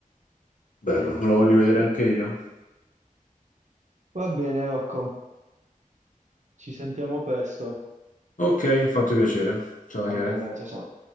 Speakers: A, on the left; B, on the right.
A: Bello,
B: e mi
A: me
B: trovi
A: lo voglio
B: d'accordo.
A: vedere anche io.
B: Va bene, Rocco, ci sentiamo presto,
A: Ok, fatto piacere. Ciao Daniele.
B: anche a me, ciao ciao.